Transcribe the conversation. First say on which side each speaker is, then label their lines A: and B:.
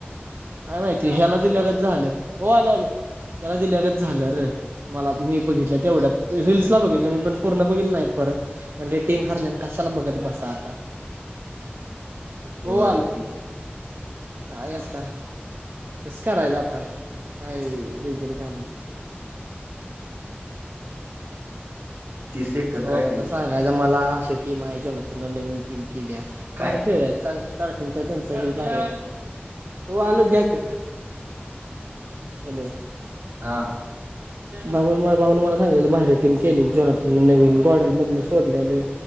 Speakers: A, on the right; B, on the right.
A: काय माहिती ह्याला दिल्यागत झालं हो आलो आलो ह्याला दिल्ल्यागत झालं र. मला मी बघितलं तेवढ्यात रीलल्सला बघितल्या मी पण पूर्ण बघितल नाही परत. म्हणले टीम हरले कशाला बघत बसा आता.
B: गोवाड्याला
A: हो आलो
B: जिंकले
A: काय आता कसं करायच आता काय डेंजर काम आहे.
B: तीस सेकंद
A: हो
B: राहिलेत
A: आपल्याला सांगायचा मला अशा टीम आहे जेना त नवीन टीम केल्या
B: काय
A: भारी खेळल्यात, संग स्टार्टिंगचा त्यांचा लयी भारी ये हो आलो घ्या कि, हॅलो <unintelligible>
B: हां
A: भा भाऊन मला सांगितलं भारी टीम केलेली जोनातून नवीन गॉडलमधन सोडलेलं